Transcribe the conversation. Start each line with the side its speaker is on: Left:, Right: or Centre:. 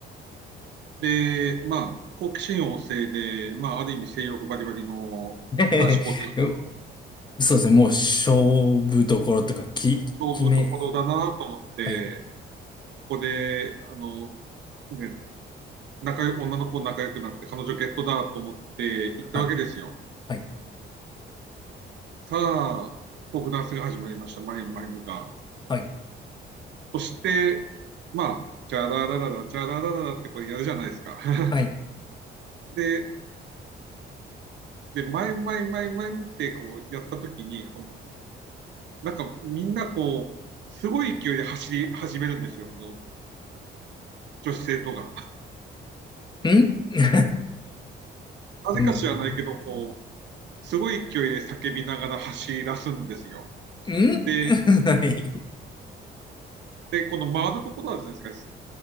Right: で、まあ、好奇心旺盛で、まあ、ある意味性欲バリバリの男子校生、
Left: <laughs> えへへへそうですね、もう勝負どころとか、き、
Right: 勝負ところだなと思って、
Left: 決め、はい、
Right: ここで、あの、ね、仲よ、女の子仲良くなって、彼女ゲットだと思って行ったわけですよ。
Left: はい、はい、
Right: さあ、フォークダンスが始まりました、マイムマイムが。
Left: はい、
Right: そして、まあ、チャララララ、チャララララってこれやるじゃないですか。<laughs>
Left: はい。ん
Right: で、で、前前前前ってこうやったときに、この、なんかみんなこう、すごい勢いで走り始めるんですよ、この女子生徒が。
Left: <laughs>
Right: なぜか知らないけど、
Left: うん、ん
Right: こう、すごい勢いで叫びながら走り出すんですよ。
Left: <laughs> はい、
Right: で、で、この回るところあるじゃないですか、